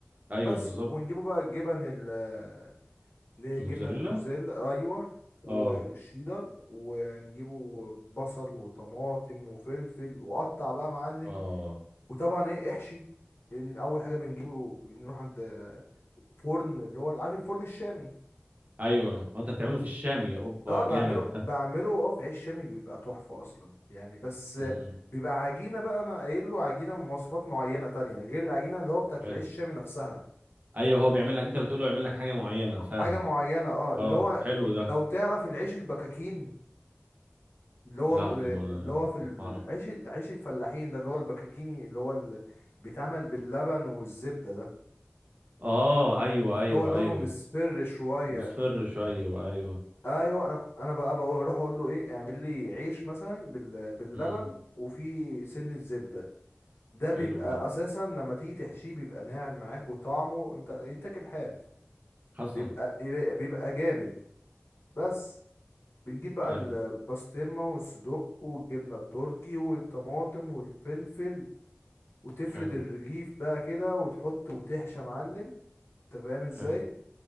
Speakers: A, on the right; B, on the left.
A: ايوه
B: بس
A: بالظبط
B: ونجيبه بقى الجبن ال- اللي هي
A: موتزاريلا
B: جبنة الموزاريلا ايوه والشيدر
A: اه
B: ونجيبه بصل وطماطم وفلفل وقطع بقى معلم
A: اه
B: وطبعا ايه احشي لأن اول حاجه بنجيبه بنروح عند فرن اللي هو عارف الفرن الشامي
A: ايوه آه، انت بتعمله في الشامي اوبا
B: اه بعمله
A: جامد ده
B: بعمله اه في عيش شامي بيبقى تحفه اصلا يعني بس
A: امم
B: بيبقى عجينه بقى انا قايل له عجينه مواصفات معينه تانية غير العجينه اللي هو بتاعت
A: حلو
B: العيش الشامي نفسها
A: ايوه هو بيعمل لك انت بتقول له يعمل لك حاجه معينه
B: حاجه
A: فاهم
B: معينه اه
A: اه
B: اللي هو
A: حلو ده
B: لو تعرف العيش البكاكين اللي هو
A: لا ما
B: اللي هو
A: ما
B: في العيش
A: ما اعرف
B: عيش الفلاحين ده اللي هو البكاكيني اللي هو اللي بيتعمل باللبن والزبده ده
A: اه ايوه ايوه
B: اللي هو لونه
A: ايوه
B: مصفر شويه
A: مصفر شويه ايوه
B: ايوه انا ك- انا بقى بقول اروح اقول له ايه اعمل لي عيش مثلا بال... باللبن
A: امم
B: وفي سن الزبده ده بيبقى
A: حلو ده
B: اساسا لما تيجي تحشيه بيبقى ناعم معاك وطعمه انت يتاكل حاف
A: حسن
B: بيبقى بيبقى جامد بس بنجيب بقى
A: حلو
B: البسطرمه والصدق والجبنه التركي والطماطم والفلفل وتفرد
A: حلو
B: الرغيف بقى كده وتحط وتحشى يا معلم انت فاهم ازاي
A: حلو